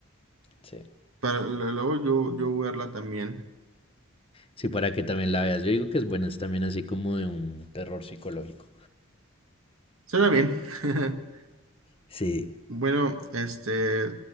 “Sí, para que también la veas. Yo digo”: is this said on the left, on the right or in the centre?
Left